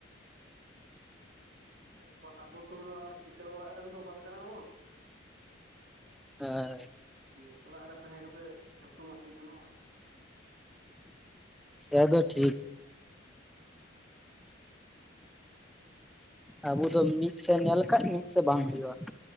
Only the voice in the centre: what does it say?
ᱦᱮᱸ
ᱮ ᱫᱚ ᱴᱷᱤᱠ ᱾
ᱟᱵᱚ ᱫᱚ ᱢᱤᱫᱥᱮᱫ ᱧᱮᱞ ᱞᱮᱠᱟ ᱢᱤᱫᱥᱮᱫ ᱵᱟᱝ ᱦᱩᱭᱩᱜᱼᱟ ᱾